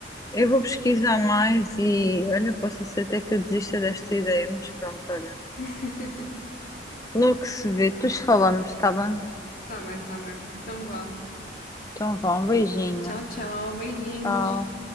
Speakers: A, on the left; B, on the left.
A: Eu vou pesquisar mais e olha, posso ser até que eu desista desta ideia, mas pronto, olha.
B: <laughs>
A: Logo se vê, depois falamos, tá bem?
B: Tá bem, tá bem. Então vá.
A: Então vá, um beijinho.
B: Tchau, tchau. Beijinhos.
A: Tchau.